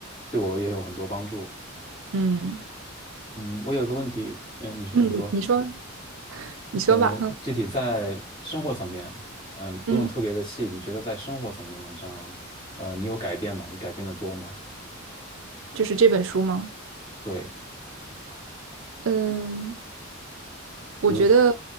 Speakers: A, on the left; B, on the right.
A: 对我也有很多帮助。
B: 嗯。
A: 嗯，我有个问题，嗯、你你说，
B: 嗯，你说，你说吧。
A: 呃，
B: 嗯
A: 具体在生活层面，嗯、不用特别的细，
B: 嗯，
A: 你觉得在生活层面上，呃，你有改变吗？你改变的多吗？
B: 就是这本书吗？
A: 对，
B: 嗯，我觉得，
A: 比如说，